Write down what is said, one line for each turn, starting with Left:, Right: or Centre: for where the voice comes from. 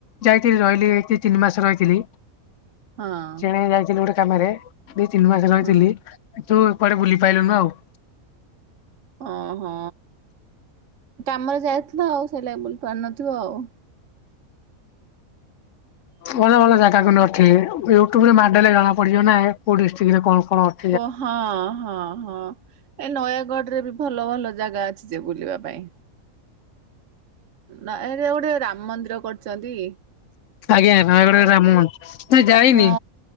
Left: ଯାଇଥିଲି ରହିଲି ତିନି ମାସ ରହିଥିଲି
Right: ହଁ
Left: ଚେଣେ ଯାଇଥିଲି ଗୋଟେ କାମରେ ଦି ତିନି ମାସ ହେଲାଣି
Right: ହଁ
Left: ଥିଲି ଯୋଉ କୁଆଡ଼େ ବୁଲି ପାଇଲୁନୁ ଆଉ।
Right: ଓହୋ କାମରେ ଯାଇଥିଲ ଆଉ ସେଲାଗି ବୁଲି ପାରିନଥିବ ଆଉ। <inaudible>
Left: ଭଲ ଭଲ ଜାଗା କିନ୍ତୁ ଅଛି ୟୁଟ୍ୟୁବ ରେ ମାଡେଲେ ଜଣା ପଡିିବ ନା କୋଉ ଡିଷ୍ଟ୍ରିକଟ ରେ କଣ କଣ ଅ
Right: ପୁ ହଁ ହଁ ହଁ ଏ ନୟାଗଡ ରେ ବି ଭଲ ଭଲ ଜାଗା ଅଛି ଯେ ବୁଲିବା ପାଇଁ। ନା ଏ ଗୋଟେ ରାମ ମନ୍ଦିର କରଚନ୍ତି।
Left: ଆଜ୍ଞା ହଁ ଗୋଟେ ରାମ ନା ଯାଇନି।
Right: ହଁ